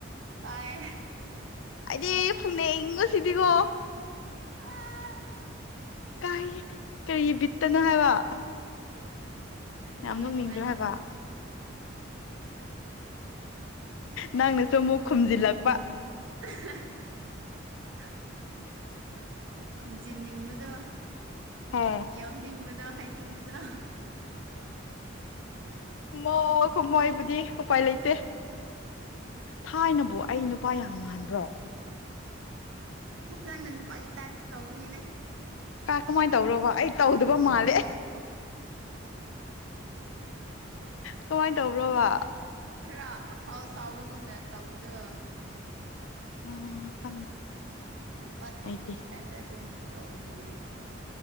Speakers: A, on the right; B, on the left.
A: ꯇꯥꯏ
B: ꯑꯩꯗꯤ ꯐꯨꯅꯤꯡꯕꯁꯤꯗꯤꯒꯣ
A: ꯑꯥ
B: ꯀꯥꯏ ꯀꯔꯤ ꯕꯤꯠꯇꯅꯣ ꯍꯥꯏꯕ
A: ꯈꯪꯅꯦ
B: ꯌꯥꯝ ꯅꯣꯛꯅꯤꯡꯗ꯭ꯔꯣ
A: ꯃꯥꯅꯦ
B: ꯍꯥꯏꯕ ꯅꯪꯅꯁꯨ ꯑꯃꯨꯛ ꯈꯨꯝꯖꯤꯜꯂꯛꯄ
A: <inaudible> ꯈꯨꯝꯖꯤꯟꯅꯤꯡꯕꯗꯣ
B: ꯍꯦ
A: ꯌꯥꯎꯅꯤꯡꯕꯗꯣ ꯍꯥꯏꯅꯤꯡꯕꯗꯣ
B: ꯑꯣ ꯀꯨꯝꯃꯣꯏꯕꯨꯗꯤ ꯎꯄꯥꯏ ꯂꯩꯇꯦ ꯊꯥꯏꯅꯕꯣ ꯑꯩ ꯅꯨꯄꯥ ꯌꯥꯝ ꯃꯥꯟꯕ꯭ꯔꯣ
A: ꯑꯁ ꯅꯪꯅ ꯅꯨꯄꯥꯒꯤ ꯇꯥꯏ ꯇꯧꯕꯒꯤꯅꯦ
B: ꯀꯥ ꯀꯃꯥꯏꯅ ꯇꯧꯔꯕ ꯑꯩ ꯇꯧꯗꯕ ꯃꯥꯜꯂꯦ ꯀꯃꯥꯏꯅ ꯇꯧꯕ꯭ꯔꯣꯕ
A: ꯈꯔ ꯑꯐꯥꯎ ꯁꯕꯒꯨꯝꯅ ꯇꯧꯕꯗꯣ
B: ꯎ ꯈꯪꯗꯦ
A: ꯅꯨꯄꯥ ꯊꯣꯛꯄꯒꯤ
B: ꯑꯩꯗꯤ
A: ꯇꯥꯏꯞꯇ ꯑꯗꯨꯝ ꯇꯧꯕꯒꯤꯅꯦ